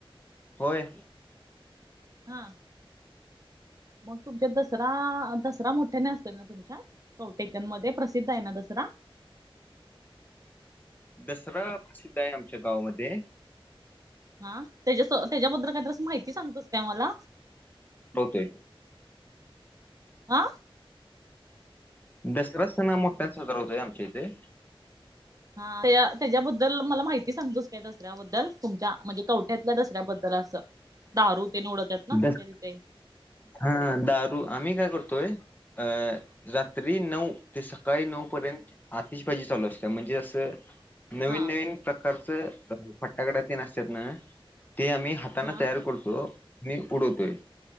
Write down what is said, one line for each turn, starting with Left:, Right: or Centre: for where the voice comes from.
Left: होय
Right: हा मग तुमच्या दसरा दसरा मोठ्याने असतोय ना तुमच्यात कौटेकंद मध्ये प्रसिद्ध आहे ना दसरा
Left: दसरा प्रसिद्ध आहे आमच्या गावामध्ये
Right: हा त्याच्या त्याच्याबद्दल काहीतर द्अस माहिती सांगतोस का मला
Left: होतोय
Right: हा
Left: दसरा असताना मोठ्याने साजरा होतोय आमच्या इथे
Right: हा त्या त्याच्याबद्दल मला माहिती सांगतोस काय दसऱ्याबद्दल तुमच्या म्हणजे कवठ्यातल्या दसऱ्याबद्दल असं दारू ते उडवत्यात ना तुमच्या
Left: दस
Right: तिथे
Left: हा दारू आम्ही काय करतोय अ रात्री नऊ ते सकाळी नऊ पर्यंत आतिशबाजी चालू असत्या म्हणजे असं नवीन
Right: हा
Left: नवीन प्रकारचं फटाकड्या तेन असतात ना ते आम्ही हातान
Right: हा
Left: हातान तयार करतो आणि उडवतोय